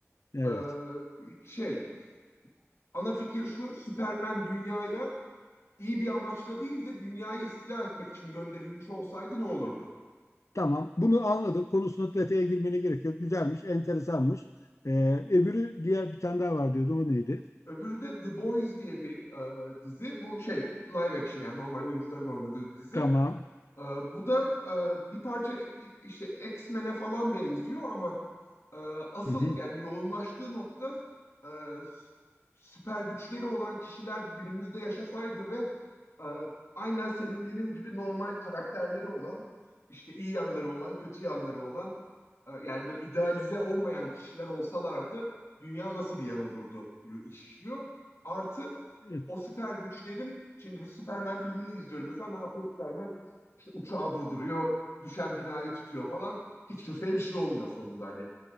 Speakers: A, on the left; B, on the left.
A: Evet.
B: Ee, şey ana fikir şu Superman dünyaya iyi bir amaçla değil de dünyayı istila etmek için gönderilmiş olsaydı ne olurdu?
A: Tamam, bunu anladım. Konusuna detaya girmene gerek yok. Güzelmiş, enteresanmış. Ee, öbürü diğer bir tane daha var diyordu. O neydi?
B: Öbürü de The Boys diye bir e, dizi. Bu şey live action yani normal oyuncuların oynadığı bir dizi.
A: Tamam.
B: Ee, bu da e, bir parça işte X-Men'e falan benziyor ama e, asıl
A: Hı hı.
B: yani yoğunlaştığı nokta e, s- süper güçleri olan kişiler günümüzde yaşasaydı ve e, aynen senin benim gibi normal karakterleri olan işte iyi yanları olan kötü yanları olan e, yani böyle idealize olmayan kişiler olsalardı dünya nasıl bir yer olurdu iş işliyor. Artı
A: Evet.
B: o süper güçlerin şimdi bir Superman filmini izliyorum mesela ne yapıyor Superman? İşte uçağı durduruyor, düşen binayı tutuyor falan. Hiç kimseye bir şey olmuyor sonunda hani